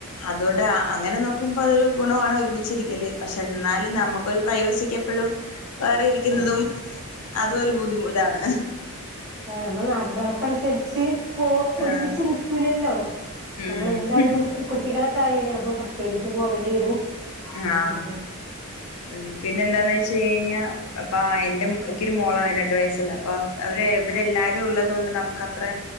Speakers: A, on the left (about 85°); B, on the right (about 15°).
A: അതോണ്ട് അങ്ങനെ നോ ക്കുമ്പോ അതൊരു ഗുണവാണ് ഒരുമിച്ചിരിക്കല് പക്ഷെ എന്നാലും നമുക്കൊരു പ്രൈവസിക്ക് എപ്പഴും വേറെ ഇരിക്കുന്നതും
B: ഉം
A: അതും ഒരു ബുദ്ധിമു ഇതാണ്
B: ആഹ് നമ്മള് നാട്ടുനടപ്പനുസരിച്ച് പോ ഒരുമിച്ച്
A: ആഹ്
B: നിക്കൂലല്ലോ
A: ഉം
B: നമ്മൾ എന്തായാലും കുട്ടികളൊക്കെ ആയിണ് അപ്പൊ പ്രത്യേകിച്ച് പോകേണ്ടി വരും
A: ആഹ്
B: ഉം ഉം
A: ഉം പിന്നെ എന്താന്ന് വെ ച്ച് കഴിഞ്ഞാൽ അപ്പം എന്റെ എനിക്കൊരു മോളാന്ന് രണ്ടു വയസുള്ള അപ്പൊ അവര് ഇവര് എല്ലാരും ഉള്ളതോണ്ട് നമുക്കാ അത്ര